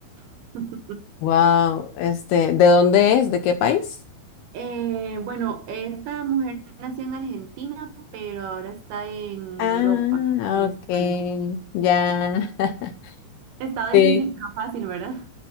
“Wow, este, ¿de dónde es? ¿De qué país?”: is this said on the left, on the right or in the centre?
Left